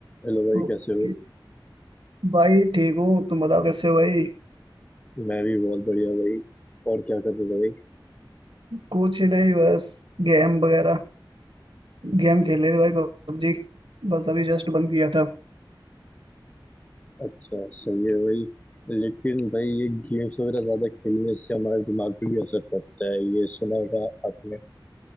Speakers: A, on the left; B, on the right.
A: Hello भाई
B: Okay
A: कैसे हो
B: भाई ठीक हूँ तुम बताओ कैसे हो भाई
A: मैं भी बहुत बढ़िया भाई और क्या कर रहे हो भाई
B: कुछ नहीं बस गेम वगैरह गेम खेल रहे थे भाई पबजी बस अभी जस्ट बंद किया था
A: अच्छा सही है भाई लेकिन भाई ये गेम्स वगैरह ज्यादा खेलने से हमारे दिमाग पे भी असर पड़ता है ये सुना होगा आपने